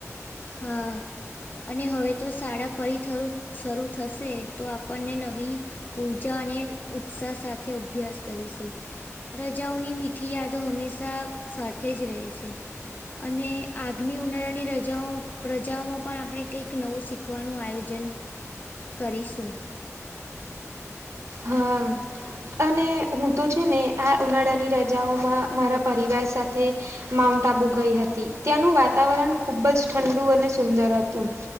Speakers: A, on the left; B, on the right.
A: હા. અને હવે તો શાળા ફરી થરું શરૂ થશે તો આપણને નવી ઉર્જા અને ઉત્સાહ સાથે અભ્યાસ કરીશું. રજાઓની મીઠી યાદો હંમેશા સાથે જ રહે છે. અને આગમી ઉનાળાની રજાઓ રજાઓમાં પણ આપણે કંઈક નવું શીખવાનું આયોજન કરીશું.
B: હા. અને હું તો છે ને આ ઉનાળાની રજાઓમાં મારા પરિવાર સાથે માઉન્ટ આબુ ગઈ હતી. ત્યાંનું વાતાવરણ ખુબ જ ઠંડુ અને સુંદર હતું.